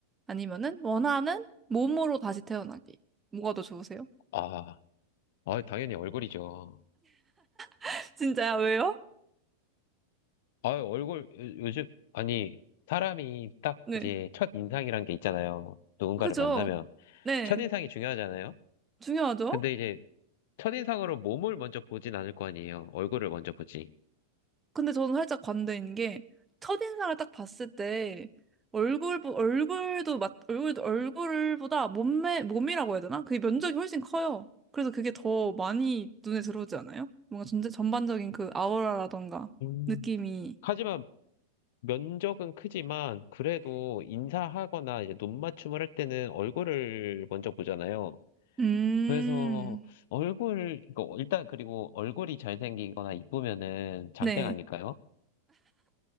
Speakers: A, on the right (about 15°); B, on the left (about 50°).
A: 아니면은 원하는 몸으로 다시 태어나기. 뭐가 더 좋으세요?
B: 아, 아, 당연히 얼굴이죠.
A: <laughs> 진짜요? 왜요?
B: 아, 얼굴, 요- 요즘, 아니, 사람이 딱
A: 네.
B: 이제 첫 인상이란 게 있잖아요. 누군가를
A: 그죠?
B: 만나면.
A: 네.
B: 첫 인상이 중요하잖아요.
A: 중요하죠?
B: 근데 이제 첫인상으로 몸을 먼저 보진 않을 거 아니에요. 얼굴을 먼저 보지.
A: 근데 저는 살짝 관대인 게 첫인상을 딱 봤을 때 얼굴 얼굴도 맞 얼굴도 얼굴보다 몸매 몸이라고 해야 되나? 그게 면적이 훨씬 커요. 그래서 그게 더 많이 눈에 들어오지 않아요? 뭔가 전체 전반적인 그 아우라라던가
B: 음.
A: 느낌이
B: 하지만 면적은 크지만 그래도 인사하거나 이제 눈 맞춤을 할 때는 얼굴을 먼저 보잖아요.
A: 음.
B: 그래서 얼굴 이거 일단 그리고 얼굴이 잘생기거나 이쁘면은 장땡
A: 네.
B: 아닐까요?